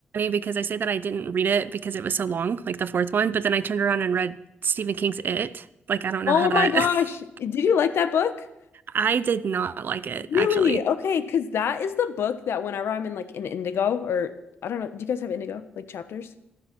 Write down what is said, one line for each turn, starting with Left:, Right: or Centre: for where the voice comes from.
Right: because I say that I didn't read it because it was so long, like the fourth one, but then I turned around and read Stephen King's It. Like I don't know
Left: Oh
Right: how that.
Left: my gosh,
Right: <laughs>
Left: did you like that book?
Right: I did not like it,
Left: Really?
Right: actually.
Left: Okay, because that is the book that whenever I'm in like an Indigo or I don't know, do you guys have Indigo like chapters?